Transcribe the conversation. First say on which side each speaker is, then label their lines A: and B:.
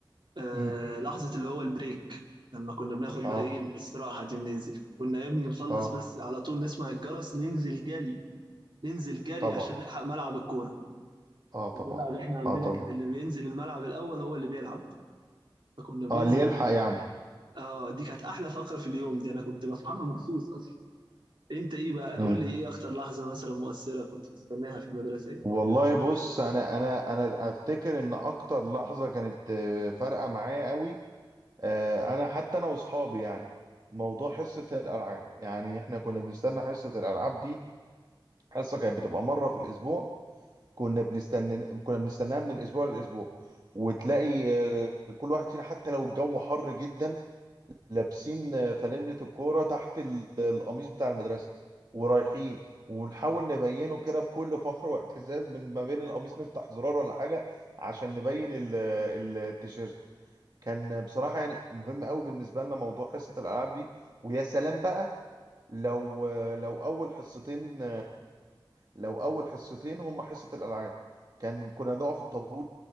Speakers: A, on the right (about 65°); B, on the right (about 50°).
A: آه
B: امم
A: لحظة اللي هو البريك لما كنا بناخد
B: اه
A: بقى ايه الاستراحة دي وننزل كنا يا ابني نخلص
B: اه
A: بس على طول نسمع الجرس ننزل جري ننزل جري
B: طبعا
A: عشان نلحق ملعب الكورة
B: اه طبعا
A: الملعب احنا عندنا
B: اه طبعا
A: كان اللي بينزل الملعب الأول هو اللي بيلعب فكنا بننزل
B: اه اللي يلحق
A: جري.
B: يعني
A: اه دي كانت أحلى فقرة في اليوم دي أنا كنت بصحى لها مخصوص أصلا أنت إيه بقى
B: امم
A: قول لي إيه أكتر لحظة مثلا مؤثرة كنت بتستناها في المدرسة إيه؟
B: والله بص انا انا انا افتكر ان اكتر لحظة كانت آه، فارقة معايا قوي آه، انا حتى انا واصحابي يعني موضوع حصه الالعاب يعني احنا كنا بنستنى حصه الالعاب دي حصه كانت بتبقى مره في الاسبوع كنا بنستنى كنا بنستناها من الاسبوع للاسبوع وتلاقي آه، كل واحد فينا حتى لو الجو حر جدا لابسين آه، فانلة الكوره تحت ال- القميص بتاع المدرسه ورايحين ونحاول نبينه كده بكل فخر واعتزاز من ما بين القميص نفتح زرار ولا حاجه عشان نبين ال- التيشيرت كان بصراحة يعني مهم قوي بالنسبة لنا موضوع حصة الألعاب دي ويا سلام بقى لو لو أول حصتين لو أول حصتين هم حصة الألعاب كان كنا نقف الطابور